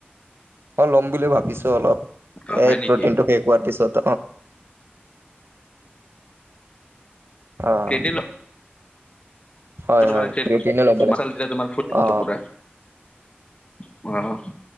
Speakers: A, on the right (about 70°); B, on the left (about 30°).
A: অ', ল'ম বুলি ভাবিছোঁ অলপ,
B: অ
A: এই
B: হয় নেকি
A: প্ৰ'টিনটো শেষ হোৱাৰ পিছত। অ',।
B: ক্ৰেটিন
A: হয়
B: <unintelligible> তোমাৰ
A: হয় ক্ৰিয়েটিনে ল'ব লাগে
B: মাচল তোমাৰ শু,
A: অ
B: আপোনাৰ, অঁহ।